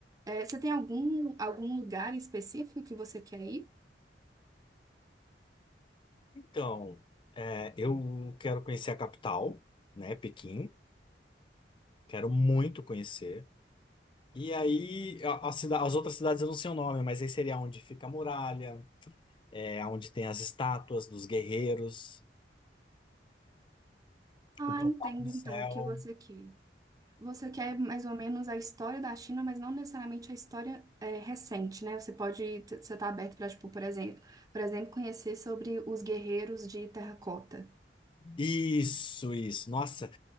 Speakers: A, on the right; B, on the left.
A: É, você tem algum, algum lugar específico que você quer ir?
B: Então, é, eu quero conhecer a capital, né, Pequim. Quero muito conhecer. E aí, a, a cida- as outras cidades eu não sei o nome, mas aí seria onde fica a muralha, é, onde tem as estátuas dos guerreiros,
A: Ah,
B: o portal
A: entendo
B: do céu.
A: então o que você quer. Você quer mais ou menos a história da China, mas não necessariamente a história é, recente, né? Você pode, t- você tá aberto para, tipo, por exemplo, por exemplo, conhecer sobre os guerreiros de terracota.
B: Isso, isso. Nossa,